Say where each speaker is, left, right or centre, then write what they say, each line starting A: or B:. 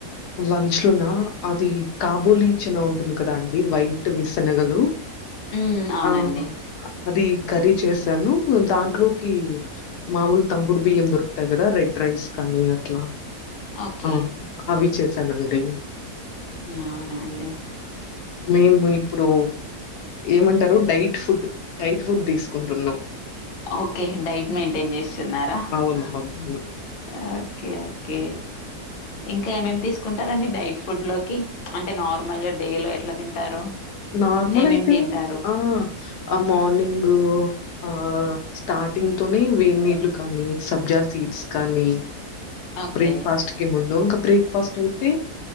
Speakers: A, on the left; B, on the left.
A: లంచ్ లోనా అది కాబోలీ చనా ఉంటుంది కదా అండి వైట్ వి శనగలు.
B: మ్మ్ అవునండి
A: ఆ అది కర్రీ చేశాను, దాంట్లోకి మామూలు తంపుడు బియ్యం దొరుకుతయి కదా రెడ్ రైస్ కానీ అట్లా
B: ఓకే
A: ఆ అవి చేసానండి.
B: అవునా అండి.
A: మేము ఇప్పుడు ఏమంటరు డైట్ ఫుడ్ డైట్ ఫుడ్ తీసుకుంటున్నం.
B: ఓకే డైట్ మెయింటేన్ చేస్తున్నారా
A: అవునవును.
B: హా ఆ ఓకే ఓకే ఇంకా ఏమేమి తీసుకుంటారండి డైట్ ఫుడ్ లోకి అంటే నార్మల్ డే లో ఎట్లా తింటారు.
A: నార్మల్
B: ఏమేమి
A: అయితే
B: తింటారు
A: ఆహా ఆ మార్నింగు ఆ స్టార్టింగ్ తోనే వేడి నీళ్లు కానీ, సబ్జా సీడ్స్ కానీ
B: ఓకే
A: బ్రేక్ఫాస్ట్ కి ముందు ఇంకా బ్రేక్ఫాస్ట్ అయితే